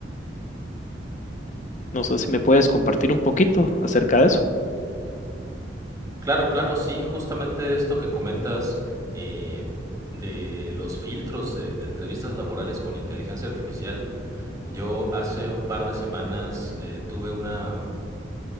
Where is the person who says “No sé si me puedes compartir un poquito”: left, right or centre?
Left